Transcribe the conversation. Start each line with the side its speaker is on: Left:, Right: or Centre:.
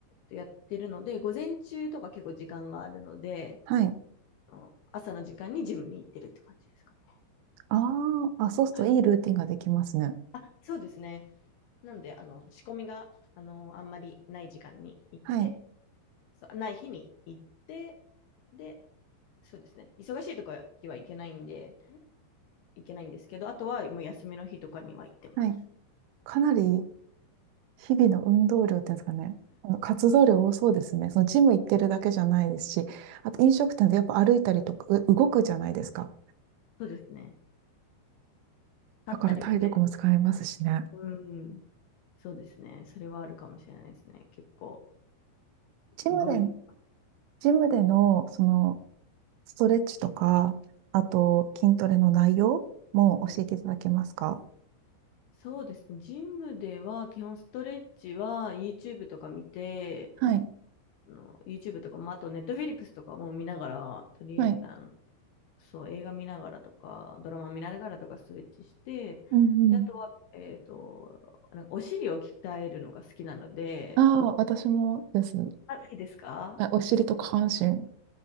Left: やってるので、午前中とか結構時間があるので、
Right: はい。
Left: うん、朝の時間にジムに行ってるって感じですかね。
Right: ああ、あ、そうするといいルーティンができますね。
Left: はい。あ、そうですね。なんで、あの、仕込みが、あの、あんまりない時間に行って、
Right: はい。
Left: そうない日に行って、で、そうですね。忙しいとかは行けないんで、行けないんですけど、あとはもう休みの日とかには行ってます。
Right: はい。かなり日々の運動量っていうんですかね。あの活動量多そうですね。そのジム行ってるだけじゃないですし、あと飲食店でやっぱ歩いたりとか、う動くじゃないですか。
Left: そうですね。
Right: だから体力も使えますしね。
Left: 立ったりもね。うん。そうですね。それはあるかもしれないですね。結構
Right: ジムで、
Left: 動いて。
Right: ジムでのそのストレッチとか、あと筋トレの内容も教えていただけますか
Left: うんそうですね。ジムでは基本ストレッチは YouTube とか見て、
Right: はい。
Left: あの YouTube とかも、あと Netflix とかも見ながら、とりあえあ
Right: はい。
Left: そう、映画見ながらとか、ドラマ見ながらとかストレッチして、
Right: うん
Left: で、あとは、えっと、なんかお尻を鍛えるのが好きなので、
Right: ああ、私もです。
Left: あ、好きですかそう。
Right: あお尻と下半身。